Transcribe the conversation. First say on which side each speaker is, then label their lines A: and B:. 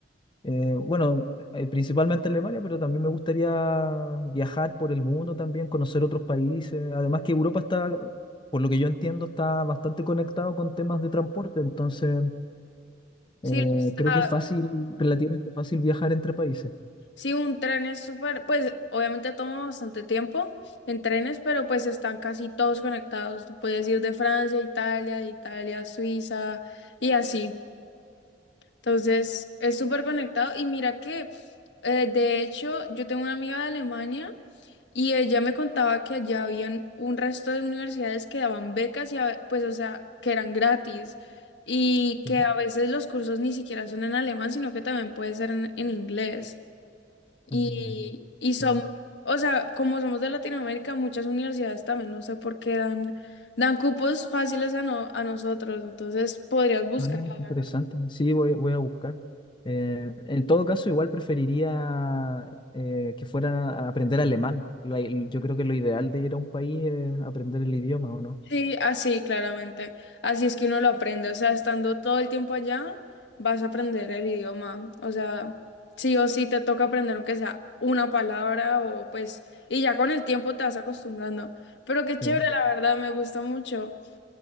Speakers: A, on the left (about 25°); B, on the left (about 90°).
A: Eh, bueno, eh, principalmente Alemania, pero también me gustaría viajar por el mundo también, conocer otros países. Además que Europa está, por lo que yo entiendo, está bastante conectado con temas de transporte, entonces
B: sí,
A: eh,
B: lo está-
A: creo que es fácil, relativamente fácil viajar entre países.
B: sí, un tren es súper, pues obviamente toma bastante tiempo en trenes, pero pues están casi todos conectados. Tú puedes ir de Francia a Italia, de Italia a Suiza y así. Entonces, es súper conectado. Y mira que, eh, de hecho, yo tengo una amiga de Alemania y ella me contaba que allá habían un resto de universidades que daban becas y, a ve- pues, o sea, que eran gratis y que
A: Ujú.
B: a veces los cursos ni siquiera son en alemán, sino que también puede ser en, en inglés. Y,
A: Ah,
B: y son,
A: ya.
B: o sea, como somos de Latinoamérica, muchas universidades también, no sé por qué dan, dan cupos fáciles a, no- a nosotros. Entonces, podrías buscar,
A: Ah,
B: la
A: qué
B: verdad.
A: interesante. Sí, voy, voy a buscar. Eh, en todo caso, igual preferiría eh, que fuera a aprender alemán. La- yo creo que lo ideal de ir a un país es aprender el idioma, ¿o no?
B: Sí, así, claramente. Así es que uno lo aprende. O sea, estando todo el tiempo allá, vas a aprender el idioma. O sea, sí o sí te toca aprender aunque sea una palabra o pues, y ya con el tiempo te vas acostumbrando. Pero qué chévere,
A: Sí.
B: la verdad, me gusta mucho.